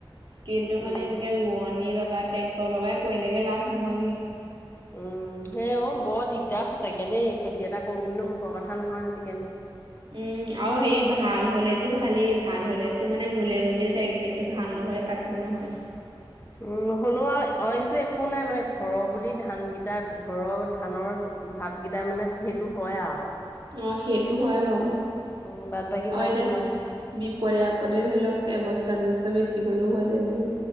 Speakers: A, on the right; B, on the left.
A: কিন্তু মানে
B: উম।
A: এনেকে ৰোৱনিৰ লগ। ট্ৰেক্টৰ লগাই কৰিলেগে লাভ নহয়গে।
B: উম, সেই অ' বৰ দিগদাৰ সচাকে দেই খেতি খেতি এটা কৰোঁ বুলি মুখৰ কথা নহয় আজিকালি।
A: উম', আও সেই ভাল হ'লেতো ভালেই ভাল হ'লেতো মূলে মূলে যায় কিন্তু ভাল নহ'লে তাকো নহয়।
B: উম', হ'লেও আও অইনটো একো নাই মানে ঘৰৰ বুলি ধানকেইটা ঘৰত। ধানৰ ভাতকেইটা মানে সেইটো হয় আও।
A: অহ', সেইটো হয় বাৰু।
B: উম, বাদ বাকী
A: অ
B: লাভ
A: এতিয়া,
B: নাই।
A: বিপদে-আপদে ধৰি লওক এবস্তা দুবস্তা বেচিবলৈও হয় তেনেকে।